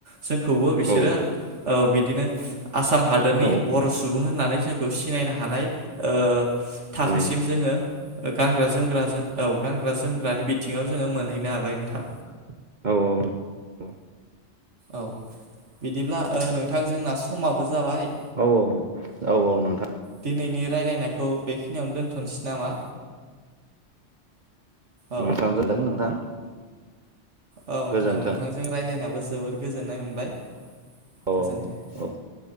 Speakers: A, on the right; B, on the right.
A: जोंखौ
B: औ
A: बिसोरो औ बिदिनो आसाम हादोरनि
B: औ
A: बर' सुबुं होननानै जोंखौ सिनायनो हानाय ओ थाखोसिम
B: माने
A: जोङो गानग्रा जोमग्रा औ गानग्रा जोम ग्रानि बिथिङाव जोङो मोनहैनो हाबाय नोंथां।
B: औ औ औ।
A: औ बिदिब्ला ओ नोंथां जोंना समाबो जाबाय
B: औ औ औ नोंथां।
A: दिनैनि रायलायनायखौ बेखिनियावनो दोन्थ'नोसै नामा? औ
B: नोंथां जादों नोंथां?
A: औ नोंथां
B: गोजोन्थों
A: नोंथांजों रायलायनायावबो जोबोर गोजोननाय मोनबाय।
B: औ
A: गोजोन्थों
B: औ